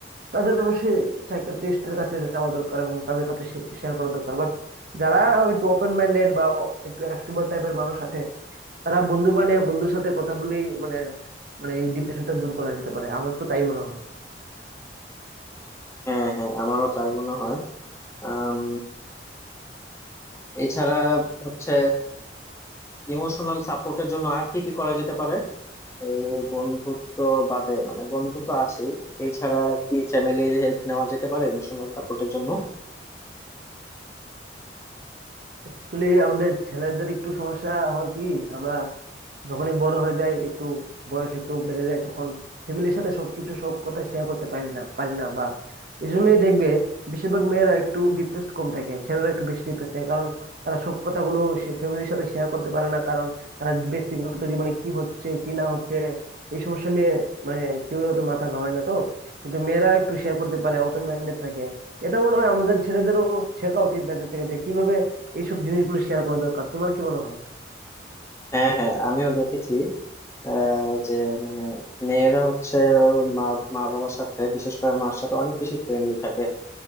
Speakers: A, on the right (about 50°); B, on the left (about 15°).
A: তাদের অবশ্যই সাইকিয়াট্রিস্টের কাছে যাওয়া দরকার এবং তাদের কাছে শেয়ার করা দরকার বাট যারা একটু ওপেন মাইন্ডেড বা একটু এক্সট্রোভার্ট টাইপের মানুষ আছে তারা বন্ধু বানিয়ে বন্ধুর সাথে কথা বলে মানে মানে এই ডিপ্রেশনটা দূর করা যেতে পারে আমার তো তাই মনে হয়
B: হ্যাঁ হ্যাঁ আমারও তাই মনে হয় আম, এছাড়া হচ্ছে ইমোশনাল সাপোর্টের জন্য আর কি কি করা যেতে পারে এই বন্ধুত্ব বাদে মানে বন্ধু তো আছেই এছাড়া কি ফ্যামিলির হেল্প নেওয়া যেতে পারে ইমোশনাল সাপোর্টের জন্য
A: আসলে আমাদের ছেলেদের একটু সমস্যা হয় কি আমরা যখনই বড় হয়ে যায় একটু বয়স একটু বেড়ে যায় তখন ফ্যামিলির সাথে সবকিছু সব কথা শেয়ার করতে পারি না পারি না বা এই জন্যই দেখবে বেশিরভাগ মেয়েরা একটু ডিপ্রেসড কম থাকে ছেলেরা একটু বেশি ডিপ্রেস থাকে কারণ তারা সব কথাগুলো ফ্যামিলির সাথে শেয়ার করতে পারে না কারণ তারা ব্যক্তিগত জীবনে কি হচ্ছে কি না হচ্ছে এই সমস্যা নিয়ে মানে কেউই অত মাথা ঘামায় না তো কিন্তু মেয়েরা একটু শেয়ার করতে পারে ওপেন মাইন্ডেড থাকে এটা মনে হয় আমাদের ছেলেদেরও শেখা উচিত মেয়েদের থেকে যে কিভাবে এইসব জিনিসগুলো শেয়ার করা দরকার তোমার কি মনে হয়
B: হ্যাঁ হ্যাঁ আমিও দেখেছি আহ, যে মানে মেয়েরা হচ্ছে ওর মা মা বাবার সাথে বিশেষ করে মার সাথে অনেক বেশি ফ্রেন্ডলি থাকে